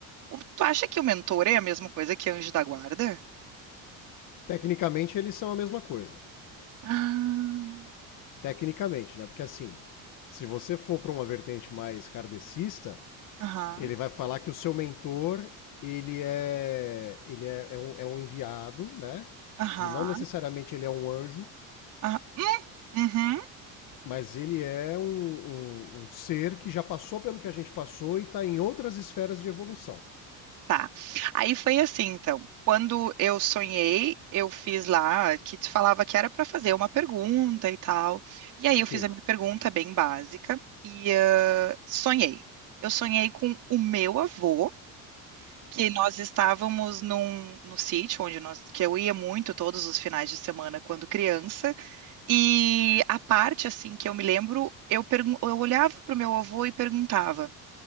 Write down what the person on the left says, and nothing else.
Tecnicamente eles são a mesma coisa.
Tecnicamente, né? Porque assim, se você for para uma vertente mais kardecista,
Ele vai falar que o seu mentor, ele é, ele é, é um, é um enviado, né?
Que não necessariamente ele é um anjo,
mas ele é um, um- um ser que já passou pelo que a gente passou e está em outras esferas de evolução.
Sim,